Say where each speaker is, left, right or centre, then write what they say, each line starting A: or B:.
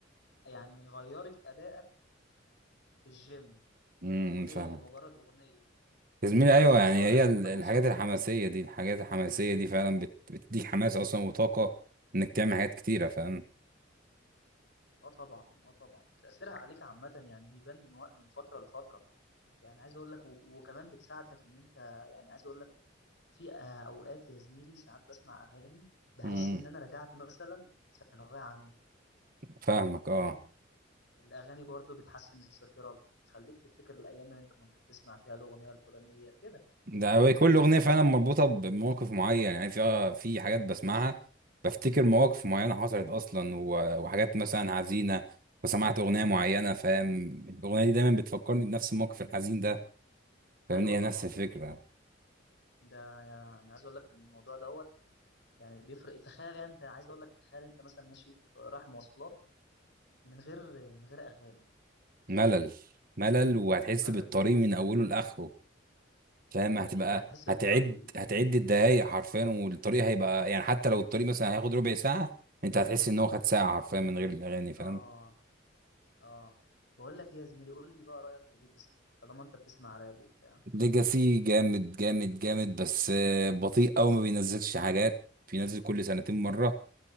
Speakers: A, on the left (about 60°); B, on the right (about 45°).
A: يعني غيرت ادائك في الجيم
B: امم
A: اغنيه
B: فاهمك
A: مجرد اغنيه
B: يا زميلي
A: فانا
B: ايوه
A: عايز
B: يعني
A: اقول
B: هي
A: لك
B: ال-
A: ان انا
B: الحاجات
A: مبسوط
B: الحماسيه دي الحاجات الحماسيه دي فعلا بت- بتديك حماس اصلا وطاقه انك تعمل حاجات كتيره فاهم
A: اه طبعا اه طبعا تاثيرها عليك عامه يعني بيبان من وقت من فتره لفتره يعني عايز اقول لك و- وكمان بتساعدك ان انت يعني عايز اقول لك في آه، اوقات يا زميلي ساعات بسمع اغاني بحس
B: مم.
A: ان انا رجعت مثلا ثانويه عامه
B: فاهمك اه
A: فاهم الاغاني برضو بتحسن الذاكره بت- بتخليك تفتكر الايام اللي انت كنت بتسمع فيها الاغنيه الفلانيه كده
B: ده هو كل اغنيه فعلا مربوطه بموقف معين يعني في آه، في حاجات بسمعها بفتكر مواقف معينه حصلت اصلا و- وحاجات مثلا حزينه وسمعت اغنيه معينه فاهم الاغنيه دي دايما بتفكرني بنفس الموقف الحزين ده فاهمني
A: ايوه طبعا
B: هي نفس الفكره
A: ايوه طبعا ده يعني عايز اقول لك ان الموضوع دوت يعني بيفرق تخيل يعني انت عايز اقول لك تخيل انت مثلا ماشي رايح مواصلات من غير من غير اغاني
B: ملل ملل وهتحس
A: ملل
B: بالطريق من اوله لاخره فاهم
A: ده حقيقي
B: هتبقى
A: هتحس بالطريق
B: هتعد هتعد الدقايق حرفيا والطريق هيبقى يعني حتى لو الطريق مثلا هياخد ربع ساعه انت هتحس ان هو خد ساعه حرفيا من غير الاغاني فاهم
A: اه اه بقول لك ايه يا زميلي قول لي بقى رايك في ليجاسي طالما انت بتسمع راب وبتاع
B: ليجاسي جامد جامد جامد بس آه، بطيء قوي ما بينزلش حاجات بينزل كل سنتين مره